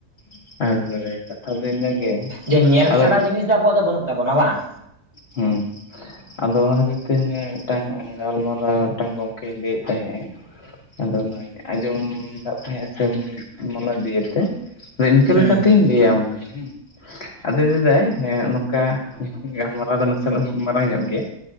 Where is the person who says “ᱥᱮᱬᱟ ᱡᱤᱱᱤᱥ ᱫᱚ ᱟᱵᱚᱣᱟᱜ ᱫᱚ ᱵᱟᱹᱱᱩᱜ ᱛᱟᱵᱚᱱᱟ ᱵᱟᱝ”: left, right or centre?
Right